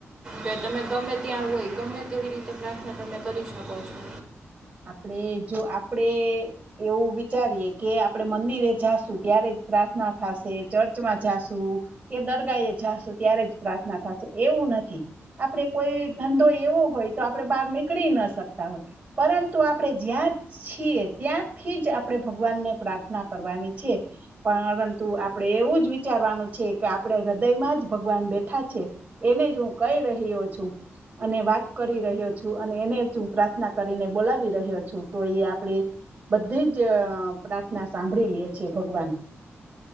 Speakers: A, on the right; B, on the right.
A: કે તમે ગમે ત્યાં હોય ગમે તેવી રીતે પ્રાર્થના તમે કરી શકો છો
B: આપણે જો આપડે એવું વિચારીએ કે આપણે મંદિરે જાશું ત્યારે જ પ્રાર્થના થશે ચર્ચમાં જાશું કે દરગા એ જાશું ત્યારે જ પ્રાર્થના થશે એવું નથી આપડે કોઈ ધંધો એવો હોય તો આપણે બહાર નીકળી ના શકતા હોય પરંતુ આપણે જ્યાં જ છીએ ત્યાંથી જ આપણે ભગવાનને પ્રાર્થના કરવાની છે પરંતુ આપણેે એવું જ વિચારવાનું છે કે આપણે હૃદયમાં જ ભગવાન બેઠા છે એને જ હું કહી રહ્યો છું અને વાત કરી રહ્યો છું અને એને જ હું પ્રાર્થના કરીને બોલાવી રહ્યો છું તો એ આપણે બધી જ પ્રાર્થના સાંભળી લે છેએ ભગવાન